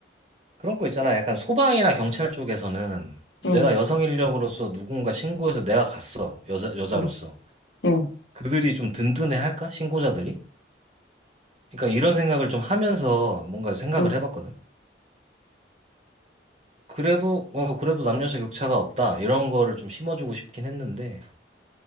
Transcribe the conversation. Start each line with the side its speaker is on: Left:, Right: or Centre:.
Right: 그런 거 있잖아. 약간 소방이나 경찰 쪽에서는 내가
Left: 응,
Right: 여성 인력으로서 누군가 신고해서 내가 갔어. 여자, 여자로서.
Left: 응, 응,
Right: 그들이 좀 든든해 할까? 신고자들이? 그러니까 이런 생각을 좀 하면서 뭔가 생각을
Left: 응,
Right: 해봤거든. 그래도, 어, 그래도 남녀 격차가 없다. 이런 거를 좀 심어주고 싶긴 했는데,